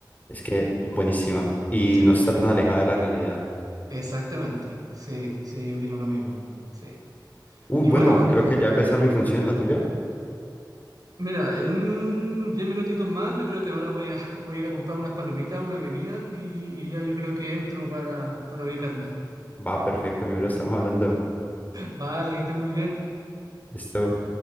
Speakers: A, on the left; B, on the right.
A: Es que buenísima. Y
B: Sí,
A: no está tan alejada de la realidad.
B: exactamente. Sí, sí, yo opino lo mismo. Sí.
A: Uy,
B: Y
A: bueno,
B: bueno.
A: creo que ya empezar mi función, la tuya.
B: Mira, en 10 minutitos más yo creo que ahora voy a, <laughs> voy a ir a comprar unas palomitas, una bebida y, y ya yo creo que entro para, para ubicarme.
A: Va, perfecto, mi bro, estamos hablando.
B: Vale, que esté muy bien.
A: Esto.